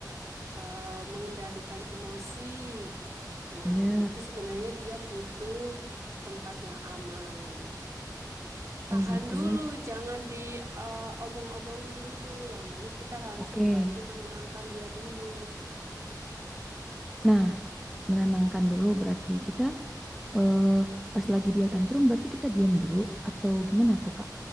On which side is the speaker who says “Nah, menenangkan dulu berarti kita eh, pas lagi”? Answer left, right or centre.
Centre